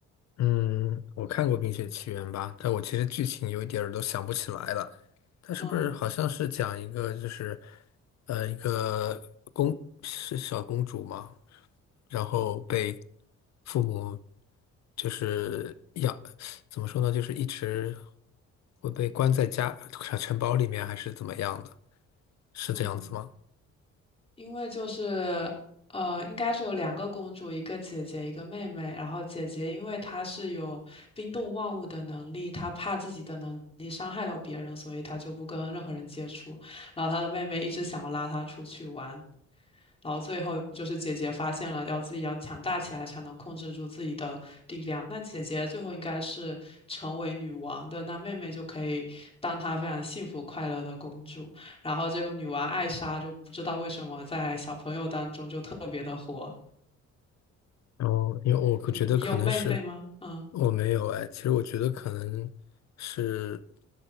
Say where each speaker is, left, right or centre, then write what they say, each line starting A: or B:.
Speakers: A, on the left; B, on the left.
A: 嗯，我看过《冰雪奇缘》吧，但我其实剧情有一点儿都想不起来了。它是不是好像是讲一个就是，
B: 嗯
A: 呃，一个公是小公主嘛，然后被父母就是养，怎么说呢，就是一直会被关在家城城堡里面，还是怎么样的？是这样子吗？
B: 嗯，因为就是呃，应该是有两个公主，一个姐姐，一个妹妹。然后姐姐因为她是有冰冻万物的能力，她怕自己的能力伤害到别人，所以她就不跟任何人接触。然后她的妹妹一直想要拉她出去玩。然后最后就是姐姐发现了，要自己要强大起来才能控制住自己的力量。那姐姐最后应该是成为女王的，那妹妹就可以当她非常幸福快乐的公主。然后这个女王艾莎就不知道为什么在小朋友当中就特别的火。
A: 然后，因为我觉得可能是。
B: 嗯，你有妹妹吗？嗯
A: 我没有哎，其实我觉得可能是